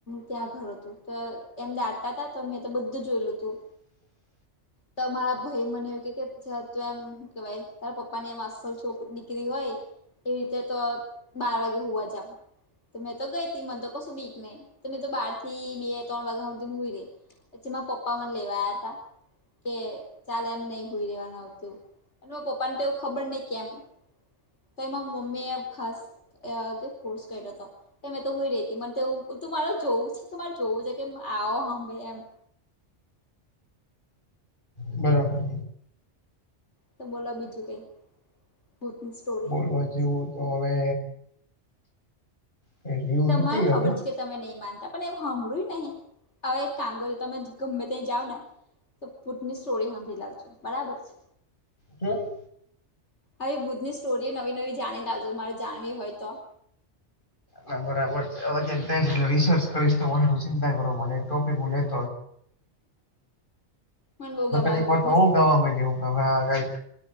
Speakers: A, on the left; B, on the left.
A: ત્યાં ઘર હતું તો એમ દાટતા તા તો મેં તો બધું જોયેલું તું.
B: <unintelligible>
A: તો મારા ભાઈ મને એવું કે કે જ તું એમ હું કેવાય તારા પપ્પાની આમ અસલ છોક દીકરી હોય એવી રીતે તો બાર વાગે હુવા જા. તો મેં તો ગઈતી મને તો કશું બીક નહી તો મેં તો બાર થી બે ત્રણ વાગ્યા હુધી ન હુઈ રહી. પછી માર પપ્પા મને લેવા આયાતા. કે ચાલ એમ નહી હુઈ રેવાનું આવતું અને માર પપ્પાને તો એવું ખબર નહીં કેમ તોય માર મમ્મીએ ખાસ અ ફોર્સ કર્યો તો. કે મેં તો હુઈ રેતી મને તો એવું તું મારે જોવું છે મારે જોવું છે કે આવો અંભે એમ.
B: બરાબર.
A: તો બોલો બીજું કઈ? ભૂતની સ્ટોર
B: બોલવા જેવું તો હવે કઈ રહ્યું
A: તમાને
B: નથી હવે
A: ખબર છે તમે નહી માનતા પણ એવું હાભળ્યું નહીં હવે એક કામ કર જો તમે ગમે ત્યાં જાઓ ને તો પૂટની સ્ટોરી હાભળી લાવજો બરાબર છે.
B: હે?
A: આવી ભૂતની સ્ટોરીઓ નવી નવી જાણી લાવજો મારે જાણવી હોય તો?
B: ના બરાબર હવે કંઈક જાઇસ એટલે રિસર્ચ કરીશ તમે ચિંતા કરો મને એક ટોપિક હું લેત
A: મને બહુ ગમાવે
B: <unintelligible> વાર
A: બુદ્ધની
B: તો હું ગાવા <unintelligible> તમે આ કઈક